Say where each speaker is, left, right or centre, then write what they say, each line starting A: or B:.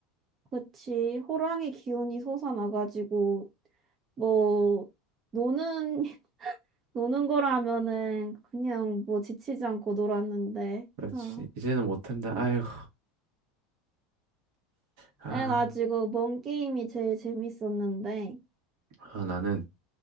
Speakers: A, on the right; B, on the right.
A: 그치. 호랑이 기운이 솟아나가지고, 뭐, 노는, <laughs> 노는 거라면은 그냥 뭐 지치지 않고 놀았는데.
B: 그렇지.
A: 어.
B: 이제는 못한다.
A: 응.
B: 아이고. 아,
A: 그래가지고, 뭔 게임이 제일 재밌었는데.
B: 아, 나는